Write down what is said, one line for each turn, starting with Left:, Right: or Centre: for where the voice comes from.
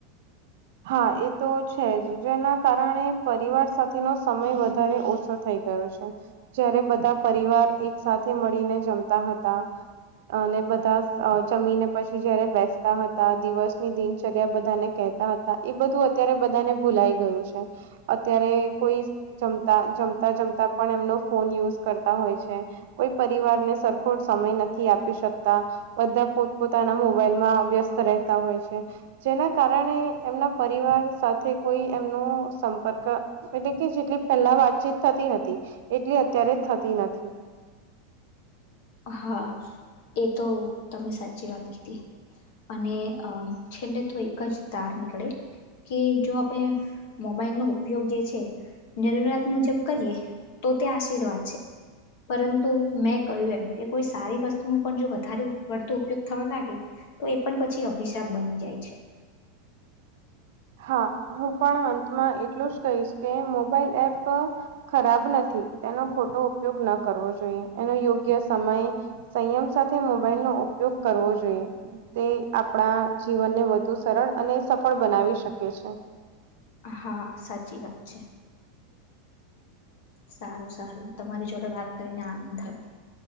Right: હા એ તો છે જ જેના કારણે પરિવાર સાથેનો સમય વધારે ઓછો થઈ ગયો. જયારે બધા પરિવાર એક સાથે મળીને જમતા હતા. અને બધા જમીને પછી જયારે બેસતા હતા દિવસ ની દિનચર્યા બધા ને કેહતા હતા. એ બધું અત્યારે બધાને ભૂલાઈ ગયું છે. અત્યારે કોઈ જમતા જમતા જમતા પણ એમનો ફોન યુઝ કરતા હોય છે, કોઈ પરિવારને સરખો સમય નથી આપી શકતા. બધા પોતપોતાના મોબાઈલમાં વ્યસ્ત રહેતા હોય છે, જેના કારણે એમના પરિવાર સાથે કોઈ એમનો સંપર્ક એટલે કે જેટલી પહેલા વાતચીત થતી હતી, એટલી અત્યારે થતી નથી.
Left: હા, એ તો તમે સાચી વાત કીધી. અને અ છેલ્લે તો એક જ તાર નીકળે. કે જો આપણે મોબાઈલનો ઉપયોગ જે છે. જરૂરિયાત મુજબ કરીએ, તો તે આશીર્વાદ છે. પરંતુ મેં કહ્યું એમ. કે કોઈ સારી વસ્તુ ન પણ જો વધારે વળતો ઉપયોગ થવા લાગે. તો એ પણ પછી અભિશાપ બની જાય છે.
Right: હા હું પણ અંતમાં એટલું જ કહીશ કે મોબાઈલ એપ ખરાબ નથી તેનો ખોટો ઉપયોગ ન કરવો જોઈએ, એનો યોગ્ય સમય સંયમ સાથે મોબાઈલ નો ઉપયોગ કરવો જોઈએ. તે આપણા જીવનને વધુ સરળ અને સફળ બનાવી શકે છે.
Left: હા સાચી વાત છે. સારું સારું તમારી જોડે વાત કરીને આનંદ થયો.